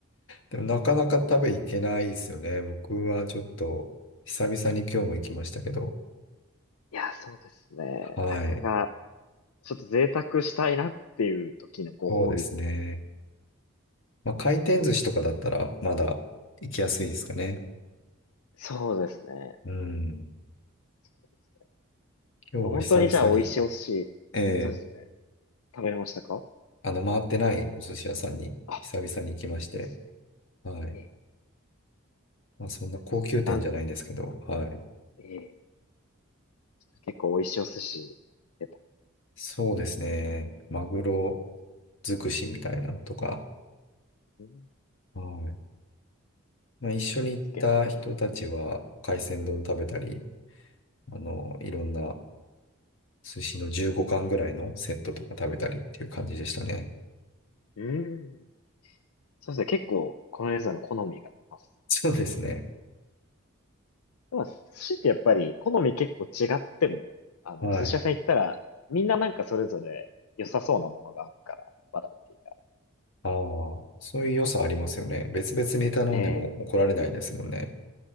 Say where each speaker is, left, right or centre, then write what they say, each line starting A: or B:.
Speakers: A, on the left; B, on the left.
A: でもなかなか食べ行けないですよね。僕はちょっと久々に今日も行きましたけど、
B: いや、そうですね。
A: はい。
B: なかなか、ちょっと贅沢したいなっていう時のご褒美に。
A: そうですね。まあ、回転寿司とかだったらまだ行きやすいですかね。
B: そうですね。
A: うん。
B: そうです
A: 今日は久々に、
B: ね。本当にじゃあ美味しいお寿司。
A: ええ
B: そうですね。食べれましたか
A: あの、回ってないお寿司屋さんに久々に行きまして、
B: あ、いいです
A: はい。
B: ええ
A: まあ、そんな高級店じゃないんですけど、
B: ー、知ってます。な、
A: はい。
B: ええ、結構美味しいお寿司出た。
A: そうですね。マグロ尽くしみたいなのとか、
B: うん、
A: はい。まあ、一緒に行った人たちは海鮮丼食べたり、
B: 手付けの。
A: あの、いろんな寿司の15貫ぐらいのセットとか食べたりっていう感じでしたね。
B: うん。そうですね。結構、このレーザーの好みが出ます。
A: <laughs> そうですね。
B: でも、寿司ってやっぱり、好み結構違っても、あの、
A: はい。
B: お寿司屋さん行ったら、みんななんかそれぞれ良さそうなものがあるから、バラエティが。
A: ああ、そういう良さありますよね。別々に頼んでも怒られないですもんね。
B: え